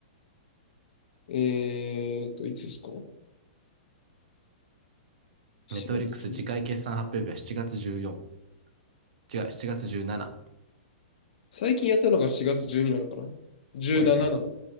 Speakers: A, on the left; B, on the right.
A: えーっと、いつですか ?4
B: ネットフリックス次回決算発表日は7月14。
A: 月10。
B: 違う、7月17。
A: 最近やったのが4月12なのかな ?17
B: 多いね。
A: なななの。は